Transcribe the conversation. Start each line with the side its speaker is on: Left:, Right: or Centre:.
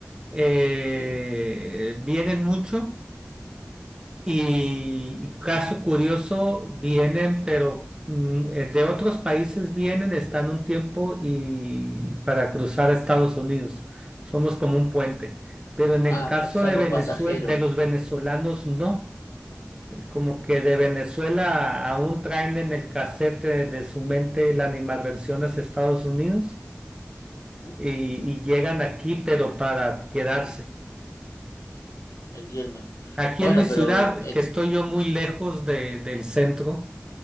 Right: eh,
Left: Sí.
Right: vienen mucho. Y, y caso curioso, vienen, pero mm, eh, de otros países vienen, están un tiempo y para cruzar a Estados Unidos. Somos como un puente. Pero en el
Left: Ah,
Right: caso
Left: es
Right: de
Left: algo
Right: Venezuela,
Left: pasajero.
Right: de los venezolanos, no. Como que de Venezuela aún traen en el casete de, de su mente la animadversión hacia Estados Unidos
Left: Ujú.
Right: y, y llegan aquí, pero para quedarse.
Left: Entiendo.
Right: Aquí
Left: Bueno,
Right: en mi ciudad,
Left: pero... eh,
Right: que estoy yo muy lejos de- del centro.